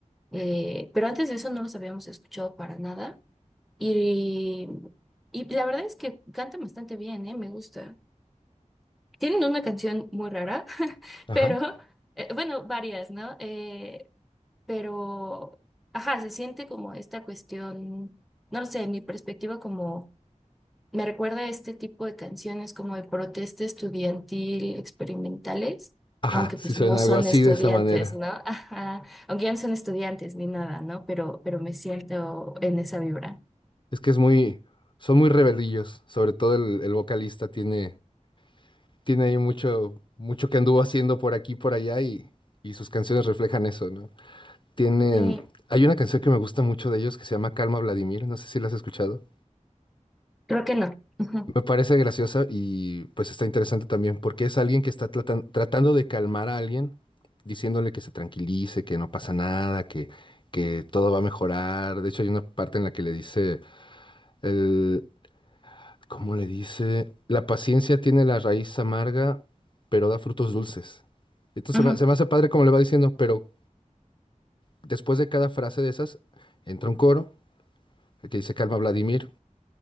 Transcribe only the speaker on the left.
Ajá.
Ajá,
sí
suena
algo así
de esa manera.
Es que es muy, son muy rebelillos. Sobre todo el, el vocalista tiene, tiene ahí mucho, mucho que anduvo haciendo por aquí y por allá y, y sus canciones reflejan eso, ¿no? Tienen,
hay una canción que me gusta mucho de ellos que se llama Calma Vladimir, no sé si la has escuchado.
Me parece graciosa y pues está interesante también porque es alguien que está tratan- tratando de calmar a alguien, diciéndole que se tranquilice, que no pasa nada, que, que todo va a mejorar. De hecho, hay una parte en la que le dice, el, ¿cómo le dice? La paciencia tiene la raíz amarga, pero da frutos dulces. Entonces
se me, se me hace padre como le va diciendo, pero después de cada frase de esas entra un coro que dice Calma Vladimir.